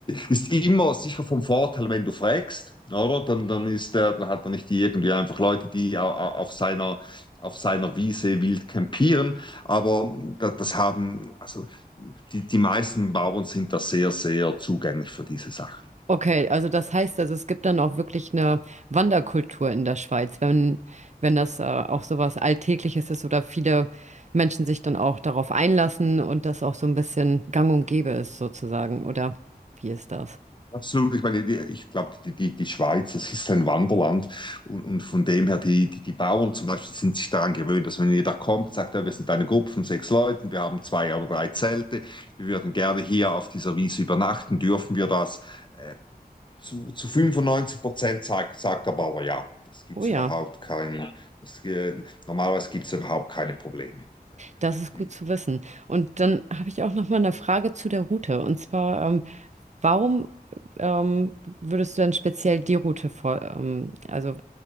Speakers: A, on the left; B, on the right.
A: ist immer sicher vom Vorteil, wenn du fragst, oder? Dann, dann ist der, dann hat er nicht die irgendwie einfach Leute, die au- auf seiner, auf seiner Wiese wild campieren. Aber da- das haben, also die, die meisten Bauern sind da sehr, sehr zugänglich für diese Sachen.
B: Okay, also das heißt, also es gibt dann auch wirklich eine Wanderkultur in der Schweiz, wenn, wenn das äh, auch sowas Alltägliches ist oder viele Menschen sich dann auch darauf einlassen und das auch so ein bisschen gang und gäbe ist sozusagen, oder wie ist das?
A: Absolut, ich meine, die, ich glaube, die, die, die Schweiz, es ist ein Wanderland und, und von dem her, die, die, die Bauern zum Beispiel sind sich daran gewöhnt, dass wenn jeder kommt, sagt er, wir sind eine Gruppe von sechs Leuten, wir haben zwei oder drei Zelte, wir würden gerne hier auf dieser Wiese übernachten, dürfen wir das? Äh, zu, zu 95 Prozent sagt, sagt der Bauer ja. Es gibt
B: Oh ja,
A: überhaupt kein, es, äh, normalerweise gibt es überhaupt keine Probleme. Ja,
B: das ist
A: Die,
B: gut zu wissen. Und dann habe ich auch noch mal eine Frage zu der Route. Und zwar, ähm, warum ähm, würdest du denn speziell die Route vor, ähm, also